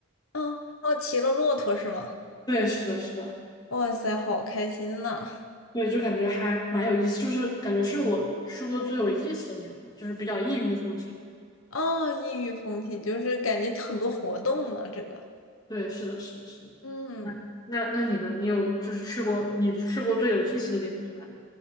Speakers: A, on the left; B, on the left.
A: 哦哦，骑了骆驼是吗？
B: 对，是的，是的，
A: 哇塞，好开心呐！<laughs>
B: 对，就感觉还蛮有意思，就是感觉是我去过最有意思的地方，就是比较异域风情。
A: 哦，异域风情就是感觉很多活动呢，这个。
B: 对，是的，是的，是的。
A: 嗯，
B: 那那那你呢？你有就是去过你去过最有意思的地方是哪里？